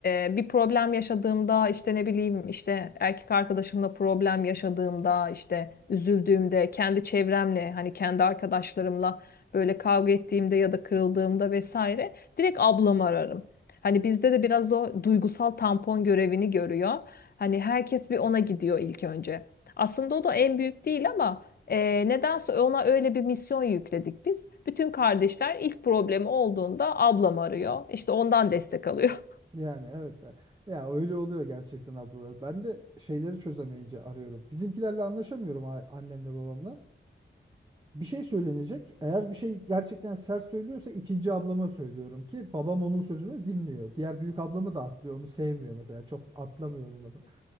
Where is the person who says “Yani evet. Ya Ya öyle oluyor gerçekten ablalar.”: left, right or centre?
Right